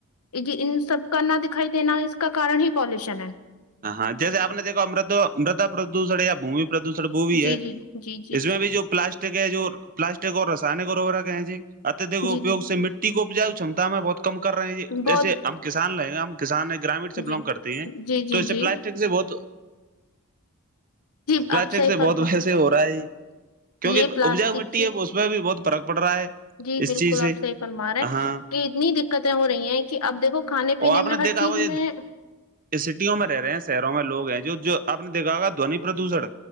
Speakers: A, on the left; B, on the right.
A: جی ان سب کا نہ دکھائی دینا اس کارن ہی پالوشن ہے
B: ہاں ہاں جیسے اپ نے دیکھا امرد مردا پردوشن یا بھمی پردوشن وہ
A: جی
B: بھی ہے
A: جی جی جی
B: اس میں بھی جو پلاسٹک پلاسٹک اور رسائنک وغہ ج اتد اپگ
A: جی جی
B: سے ک کو اپجائے کمتا میں بہت کم کر رہے ہیں
A: بہت
B: جیے ہم کسان لیں گے ہم کسان گرامین سے
A: جی
B: بلانگ کرتی ہیں
A: جی
B: تو
A: جی
B: اس سے
A: جی
B: پلاسٹک سے بہت
A: جی
B: پلاسٹک
A: آپ صحیح
B: سے
A: فرما
B: بہت ویسے ہو رہا ہے کیوںکہ
A: یہ پلاسٹک
B: اپجاؤ مٹی
A: کی
B: ہے وہ اس میں بھی بہت فرق پڑ رہا ہے
A: جی
B: اس
A: بالکل
B: چیز سے
A: آپ صحیح پرمار رہے ہیں
B: ہاں
A: کہ اتنی دقتیں ہو رہی ہیں کہ اب دیکھو کھانے پینے
B: اور آپ
A: میں
B: نے
A: ہر
B: دیکھا
A: چیز
B: ہو
A: میں
B: یہ سٹیوں میں رہ رہے ہیں شہروں میں لوگ ہیں جو جو آپ نے دیکھا گا دونی پردوشن